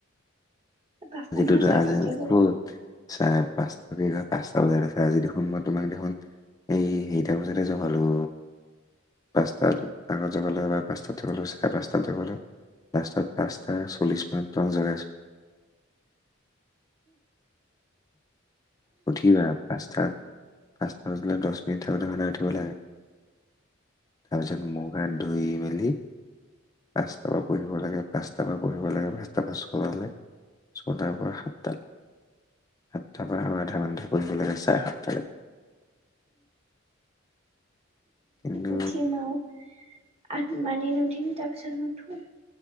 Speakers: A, on the right (about 30°); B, on the left (about 15°).
A: পাঁচটা
B: আজি
A: নহয় চাৰে পাঁচটা
B: আজ
A: বজাত।
B: খত চ কি ক পাঁচটা বজাত আছে আজি দেখোন মই তোমাক দেখোন এই সেইটা বজাতে জগালোঁ পাঁচটাত আগতগালোঁ বা পাঁচটাতগালোঁ চাৰে পাঁচটাতগালোঁ লাষ্টত পাঁচটা চল্লিছ মিনট তোমাক জগাইছোঁ উঠিবা পাঁচাত পাঁচ উঠ দহ মিনিট থাকোতে সদায় উঠিব লাগে তাৰপিছত মু গাত ধুই মেলি পাঁচটা পৰা পঢ়িব লাগে পাঁচট পঢ়িব লাগে পাঁচটাাৰলে ছটাৰ পৰা সাতটে সাতটাৰ পৰা আধা ঘন্টা ফজব লাগে চাৰে সাতট লৈে কিন্তু
A: উঠিম আউ আ মানি নুঠিম তাৰ পিছত নুঠো